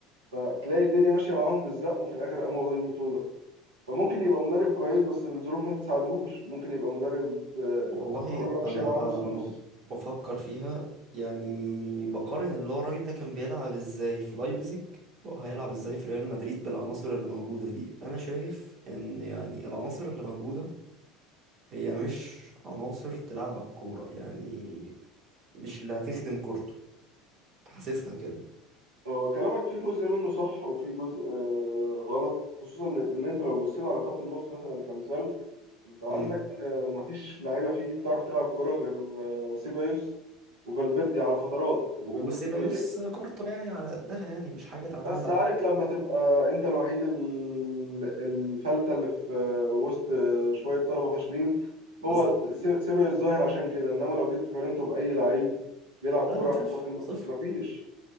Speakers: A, on the right; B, on the right.
A: فتلاقي الدنيا ماشيه معاهم بالزق وفي الاخر قاموا واخدين بطوله فممكن يبقى مدرب كويس بس الظروف ما تساعدهوش ممكن يبقى مدرب آه،
B: والله
A: الدنيا ماشيه
B: انا
A: معاه
B: انا
A: نص
B: لما
A: نص
B: بفكر فيها يعني بقارن اللي هو الراجل ده كان بيلعب ازاي في لايبزيج وهيلعب ازاي في ريال مدريد بالعناصر اللي موجودة دي انا شايف ان يعني العناصر اللي موجودة هي مش عناصر تلعبك كورة يعني مش اللي هتخدم كورته حاسسها كده
A: هو كلامك في جزء منه صح وفي جزء آه، غلط خصوصا ان إن انت لو بصيت على خط النص مثلا كمثال انت عندك
B: امم
A: آه، مفيش لعيبه فيه بتعرف تلعب كوره غير آه، سيبايوس وفالفيردي على فترات فالفيردي
B: وسيبايوس كورته يعني على قدها يعني مش حاجة تعتمد
A: بس
B: عليها
A: عارف لما تبقى انت الوحيد ال- الفلتة اللي في آه، وسط آه، شويه طلبه فاشلين
B: بالظبط
A: هو سيبه الظاهر عشان كده انما لو جيت قارنته باي لعيب بيلعب كوره
B: لا مفيش
A: هيطلع في الم...
B: صفر
A: مفيش